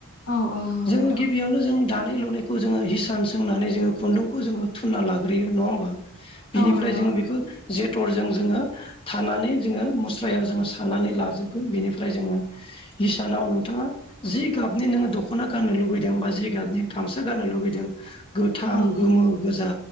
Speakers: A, on the left (about 75°); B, on the left (about 25°).
A: औ औ नंगौ
B: जोङो
A: नोंथां
B: गिबियावनो जों दानाय लुनायखौ जोङो हिसान सोंनानै जोङो खुन्दुंखौ जोङो थुनना लाग्रोयो नङा होमबा? बिनिफ्राय
A: औ नंगौ
B: जोङो
A: नोंथां
B: बेखौ जेनथेर जों जोङो थानानै जोङो मुस्रायाव जोङो सानानानै लाजोबगोन बेनिफ्राय जोङो हिसानाव नोंथाङा जि गाबनि नोङो दख'ना गाननो लुगैदों बा जि गाबनि गामसा गाननो लुगैदों। गोथां
A: औ
B: गोमो
A: औ
B: गोजा